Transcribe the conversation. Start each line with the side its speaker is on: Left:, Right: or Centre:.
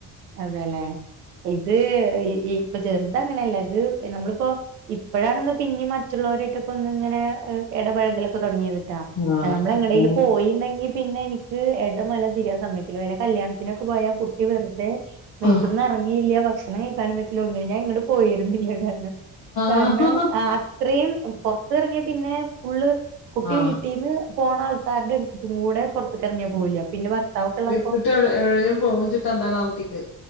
Right: അതെല്ലെ ഇത് ഇപ്പൊ ചെറുത അങ്ങനെയല്ല ഇത് നമ്മളിപ്പോ ഇപ്പോഴാണെന്ന് പിന്നെ മറ്റുള്ളവരായിട്ടൊക്കെ ഒന്ന ഇങ്ങനെ ഇടപഴകലൊക്കെ തുടങ്ങിയത്
Left: ആഹ്
Right: നമ്മൾ
Left: കുട്ട്യാള്
Right: എങ്ങടൽ പോയിണ്ടെങ്കി പിന്നെ എനിക്ക് ഇടം വലം തിരിയാൻ സമയ ഇത് വല്ല കല്യാണത്തിനൊക്കെ പോയാ കുട്ടി വെറുതെ മേത്ത്ന്ന്
Left: ആഹ്
Right: ഇറങ്ങി ഇല്ല ഭക്ഷണം കഴിക്കാൻ പറ്റില്ല ഒന്നിന ഞാൻ എങ്ങട്ട് പോയിരുന്നില്ല കാരണം
Left: ആഹ്
Right: ഇത്രയും പുറത്ത് റങ്ങിയ പിന്നെ ഫുള്ള് കുട്ടി
Left: ആഹ്
Right: വീട്ടിൽന്ന് പോണ ആൾക്കാരുടെ അടുത്തും കൂടെ പുറത്തക്ക ഇറങ്ങിയാ പോവില്ല പിന്നെ ഭർത്താവൊക്കെള്ള
Left: പ്പോ ടേം <unintelligible> എന്താണ് ട്ടിക്ക്